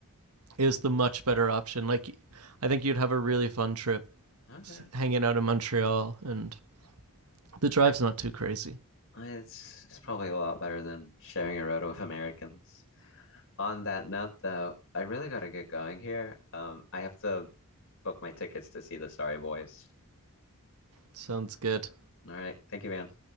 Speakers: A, on the right; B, on the left.
A: is the much better option. Like, I think you'd have a really fun trip
B: Okay.
A: hanging out in Montreal, and the drive's
B: I
A: not too crazy.
B: It's it's probably a lot better than sharing a road with Americans. On that note, though, I really gotta get going here. Um, I have to book my tickets to see the Sorry Boys.
A: Sounds good.
B: All right, thank you, man.